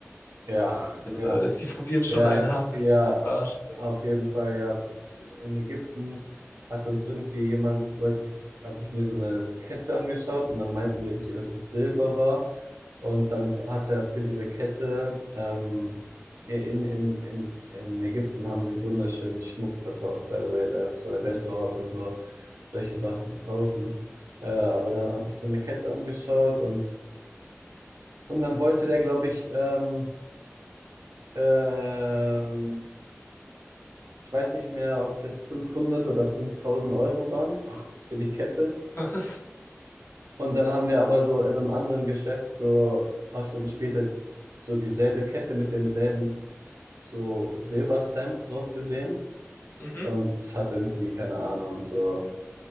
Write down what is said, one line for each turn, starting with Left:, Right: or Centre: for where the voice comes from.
Right: ja,
Left: Also,
Right: ja.
Left: äh, sie probieren schon
Right: Ja,
Left: einen hart zu,
Right: ja,
Left: zu verarschen dort.
Right: auf jeden Fall, ja. Ich, in Ägypten hat uns irgendwie jemand, wollte ich, habe ich mir so eine Kette angeschaut und dann meinten die irgendwie, dass es Silber war. Und dann hat er für diese Kette, ähm, ja, in, in, in, in Ägypten haben sie wunderschönen Schmuck verkauft, by the way. Da ist so der beste Ort, um so solche Sachen zu kaufen. Äh, aber da habe ich so eine Kette angeschaut und, und dann wollte der, glaube ich, ähm, ähm, Ich weiß nicht mehr, ob es jetzt 500 oder 5000 Euro waren für die Kette.
Left: <laughs> Was?
Right: Und dann haben wir aber so in einem anderen Geschäft so ein paar Stunden später so dieselbe Kette mit demselben S- so Silberstamp drauf gesehen.
Left: Mhm.
Right: Und es hat irgendwie, keine Ahnung, so